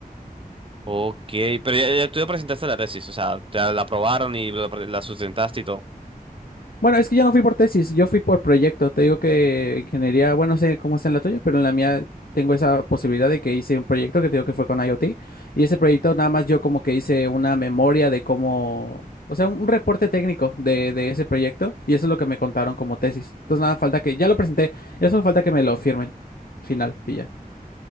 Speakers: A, on the right (about 35°); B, on the left (about 75°).
A: Ok, pero ya, ya tú ya presentaste la tesis, o sea, te la aprobaron y la, pre- la sustentaste y todo.
B: Bueno, es que yo no fui por tesis, yo fui por proyecto. Te digo que ingeniería, bueno, no sé cómo está en la tuya, pero en la mía tengo esa posibilidad de que hice un proyecto que te digo que fue con IoT. Y ese proyecto nada más yo como que hice una memoria de cómo, o sea, un, un reporte técnico de, de ese proyecto. Y eso es lo que me contaron como tesis. Entonces nada, falta que, ya lo presenté, ya solo falta que me lo firmen. Final, y ya.